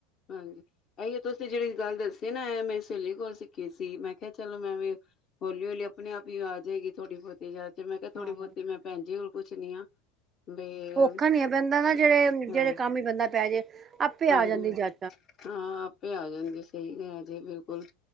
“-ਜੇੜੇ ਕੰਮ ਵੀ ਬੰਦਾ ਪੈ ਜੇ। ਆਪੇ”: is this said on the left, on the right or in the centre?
Right